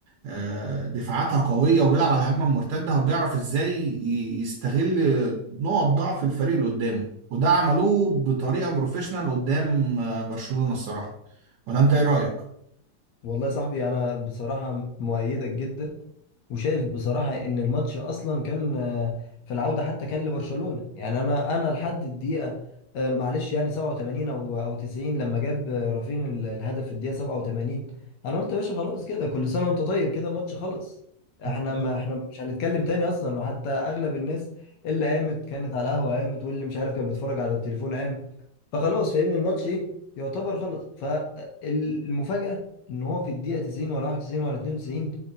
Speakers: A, on the right; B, on the left.
A: آه، دفاعاتها قوية وبيلعب على الهجمة المرتدة وبيعرف ازاي ي- يستغل نقط ضعف الفريق اللي قدامه وده عملوه بطريقة بروفيشنال قدام آه، برشلونة الصراحة ولا انت ايه رأيك؟
B: والله يا صاحبي انا بصراحة مؤيدك جدا وشايف بصراحة إن الماتش أصلا كان آه، في العودة حتى كان لبرشلونة يعني أنا أنا لحد الدقيقة آه، معلش يعني 87 أو أو 90 لما جاب آه، رافين ال- الهدف في الدقيقة 87 أنا قلت يا باشا خلاص كده كل سنة وأنت طيب كده الماتش خلص إحنا
A: بالظبط.
B: ما إحنا مش هنتكلم تاني أصلا وحتى أغلب الناس اللي قامت كانت على قهوة قامت واللي مش عارف كان بيتفرج على التليفون قام فخلاص فاهمني الماتش ايه يعتبر خلاص فالمفاجأة ان هو في الدقيقة 90 ولا 91 ولا 92